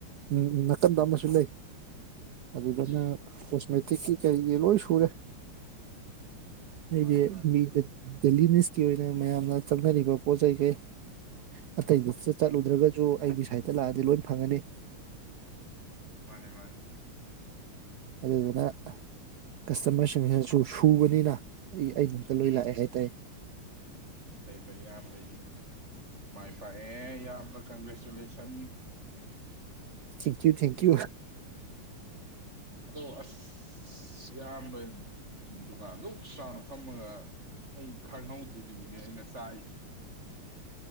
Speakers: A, on the right; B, on the right.
A: ꯎꯝ ꯅꯥꯀꯟ ꯇꯝꯕꯁꯨ ꯂꯩ ꯑꯗꯨꯗꯅ
B: ꯎꯝ
A: ꯃꯇꯤꯛꯀꯤ ꯀꯔꯤꯒꯤ ꯂꯣꯏ ꯁꯨꯔꯦ ꯑꯩꯗꯤ
B: ꯃꯥꯅꯤ ꯃꯥꯅꯤ
A: ꯃꯤ ꯗꯥꯢꯜꯠ ꯀꯤ ꯑꯣꯏꯅ ꯃꯌꯥꯝꯅ ꯆꯪꯅꯔꯤꯕ ꯄꯣꯠ ꯉꯥꯏ ꯑꯇꯩꯗꯨꯗ
B: ꯎꯝ
A: ꯆꯠꯂꯨꯗ꯭ꯔꯒꯁꯨ ꯑꯩꯒꯤ ꯁꯥꯏꯠꯇꯒꯤ ꯂꯥꯛꯑꯗꯤ ꯂꯣꯏ ꯐꯪꯉꯅꯤ
B: ꯃꯥꯅꯦ ꯃꯥꯅꯦ
A: ꯑꯗꯨꯗꯨꯅ ꯀꯁꯇꯕꯥꯔ ꯁꯃꯤꯅꯥꯁꯨ ꯁꯨꯕꯅꯤꯅ ꯑꯩ ꯑꯩ ꯅꯛꯇ ꯂꯣꯏ
B: ꯎꯝ
A: ꯂꯥꯛꯑꯦ ꯍꯥꯏꯇꯥꯔꯦ
B: ꯐꯩ ꯐꯩ ꯏꯌꯥꯝꯕ ꯃꯥꯏ ꯄꯥꯛꯑꯦ ꯏꯌꯥꯝꯕ ꯀꯪꯒ꯭ꯔꯦꯆꯨꯂꯦꯁꯟ
A: ꯊꯥꯟꯛ ꯎ ꯊꯟ ꯀꯌꯨ
B: ꯑꯗꯣ ꯑꯁ ꯏꯌꯥꯝꯕ ꯗꯨꯀꯥꯟ ꯂꯛ ꯆꯥꯎꯅ ꯐꯝꯃꯒ ꯑꯩ ꯈꯪꯍꯧꯗꯦ ꯑꯩꯗꯨꯒꯤꯅꯦ ꯑꯩꯅꯥ ꯆꯥꯛꯏꯁꯦ